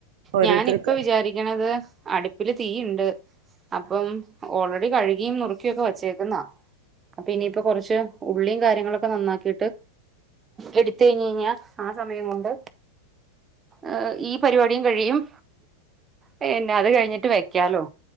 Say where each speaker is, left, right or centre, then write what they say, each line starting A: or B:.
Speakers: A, on the right; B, on the right.
A: ഓരോരുത്തർക്കും
B: ഞാന്പ്പ വിചാരിക്ക ണത് അടുപ്പില് തീണ്ട് അപ്പം
A: ആഹ്
B: ഓൾറെഡി കഴുകിയ നുറു ക്കിയൊക്കെ വച്ചേക്കുന്നാ അപ്പൊ ഇനിയിപ്പോ
A: തന്നെ
B: കൊറച്ച് ഉള്ളിയും കാര്യങ്ങളൊക്കെ നന്നാക്കിട്ട് എടുത്ത് കഴിഞ്ഞഞ്ഞാ ആ സമയം കൊണ്ട് ഏ ഈ പരിപാടിയും കഴിയും പിന്നെ അത് കഴിഞ്ഞിട്ട് വെക്കാലോ